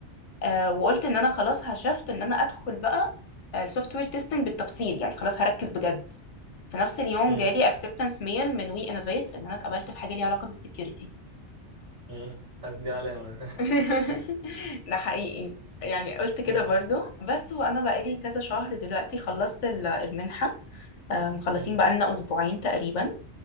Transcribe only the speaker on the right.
مم.
مم. حاسس دي علامة <laughs>
مم.
مم.